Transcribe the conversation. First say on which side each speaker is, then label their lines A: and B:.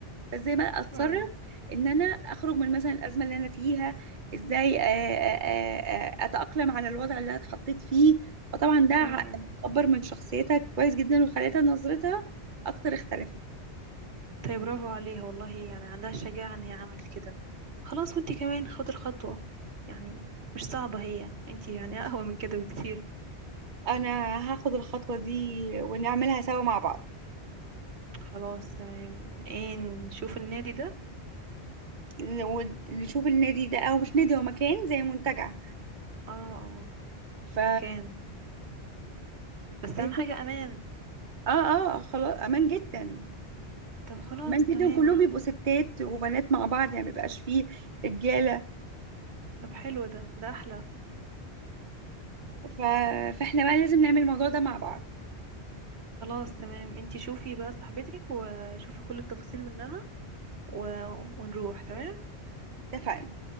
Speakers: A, on the right; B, on the right.
A: فازاي بقى اتصرف
B: اه
A: ان انا اخرج من مثلا الازمه اللي انا فيها ازاي آه، آه، آه، آه، اتاقلم على الوضع اللي انا اتحطيت فيه فطبعا ده ع-
B: أمم.
A: اكبر من شخصيتها كويس جدا وخلتها نظرتها اكتر اختلفت
B: طيب برافو عليها والله يعني عندها الشجاعة ان هي عملت كده خلاص وانتي كمان خدي الخطوة يعني مش صعبة هي انتي يعني اقوى من كده بكتير
A: انا هاخد الخطوة دي ونعملها سوا مع بعض
B: خلاص تمام ايه نشوف النادي ده
A: ن- ونشوف النادي ده او مش نادي هو مكان زي منتجع
B: اه آه،
A: ف
B: مكان بس
A: اه
B: اهم حاجة امان
A: اه خلاص امان جدا
B: طب خلاص
A: امان
B: تمام
A: جدا كلهم بيبقوا ستات وبنات مع بعض يعني ما بيبقاش فيه رجالة
B: طب حلو ده ده احلى
A: ف... فاحنا بقى لازم نعمل الموضوع ده مع بعض
B: خلاص تمام انتي شوفي بقى صاحبتك وشوفي كل التفاصيل منها و... ونروح تمام
A: اتفقنا